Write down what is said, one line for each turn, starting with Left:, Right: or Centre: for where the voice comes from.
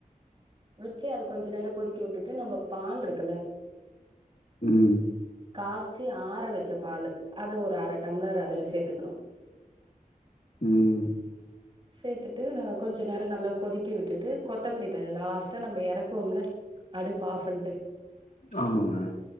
Right: வெச்சி அது கொஞ்ச நேரோ கொதிக்க உட்டுட்டு நம்ம பால்ருக்குல
Left: ம்
Right: காய்ச்சி ஆற வச்ச பாலு அத ஒரு அர டம்ளர் அதுல சேத்துக்குணு
Left: ம்
Right: சேத்துட்டு கொஞ்ச நேரோ நல்லா கொதிக்க விட்டுட்டு கொத்தமல்லி தழ லாஸ்ட்டா நம்ப எறக்குவோம்ல அடுப்பு ஆஃப் பண்ட்டு
Left: ஆமாங்க